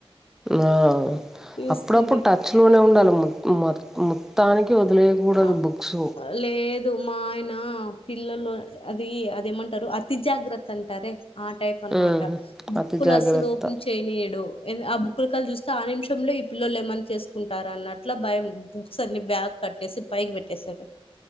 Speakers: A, in the centre; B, on the left.
A: ఆ
B: తీస్తుంటే
A: అప్పుడప్పుడు టచ్ లోనే ఉండాలి మొత్తానికి వదిలే కూడదు
B: ఆ,
A: బుక్స్
B: లేదు మా ఆయన పిల్లలు అది అదేమంటారు అతి జాగ్రత్త అంటారే ఆ టైప్
A: ఉమ్
B: అనమాట బుక్కులు
A: అతి జాగ్రత్త
B: అస్సలు ఓపెన్ చేయనియడు ఆ బుక్ల కల్ చూస్త ఆ నిమిషంలో ఈ పిల్లలు ఏమని చేసుకుంటార అన్నట్ల భయం బుక్స్ అన్ని బ్యాగ్ కట్టేసి పైకి పెట్టే సారు